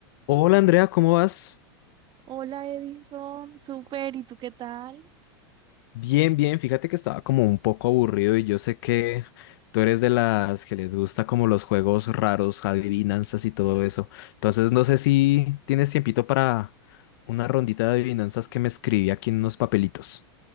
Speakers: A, on the left; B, on the right.
A: Hola Andrea, ¿cómo vas?
B: Hola Edison, súper, ¿y tú qué tal?
A: Bien, bien. Fíjate que estaba como un poco aburrido y yo sé que tú eres de las que les gusta como los juegos raros, adivinanzas y todo eso. Entonces no sé si tienes tiempito para una rondita de adivinanzas que me escribí aquí en unos papelitos.